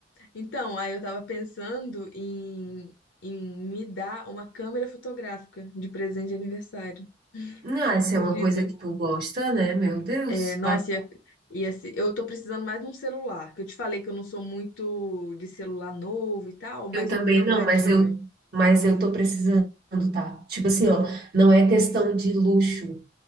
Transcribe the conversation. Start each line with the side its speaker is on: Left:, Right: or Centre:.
Left: Então, aí eu tava pensando em, em me dar uma câmera fotográfica de presente de aniversário.
Right: Ah, isso
Left: Acredita?
Right: é uma coisa que tu gosta, né? Meu Deus.
Left: É, nossa,
Right: Vai.
Left: ia, ia, se- eu tô precisando mais de um celular. Que eu te falei que eu não sou muito de celular novo e tal, mas
Right: Eu também
Left: o meu,
Right: não,
Left: tadinho,
Right: mas eu, mas eu tô precisando, tá? Tipo assim, ó, não é questão de luxo.